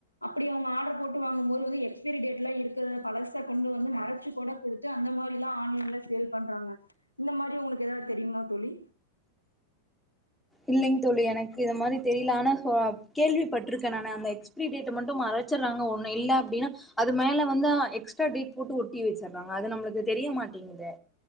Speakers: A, on the left (about 85°); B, in the centre.
A: அப்படி அவங்க ஆர்டர் போட்டு வாங்கும் போது வந்து எக்ஸ்பரி டேட்லா இருக் இருக்கிற பழசை கொண்டு வந்து மறைச்சு கூட கொடுத்து அந்த மாதிரி தான் ஆன்லைன்ல சேல் பண்றாங்க இந்த மாரி உங்களுக்கு ஏதாவது தெரியுமா தோழி
B: இல்லைங்க தோழி எனக்கு இந் மாதிரி தெரியல ஆனா கேள்விப்பட்டிருக்கேன் நானு அந்த எக்ஸ் பிரி டேட்ட மட்டும் மறச்சிற்றாங்க ஒண்ணு இல்லன்னா அப்டின்னா அது மேல வந்து எக்ஸ்ட்ரா டேட் போட்டு ஒட்டி வச்சுறாங்க அது நம்மளுக்கு தெரிய மாட்டேங்குதே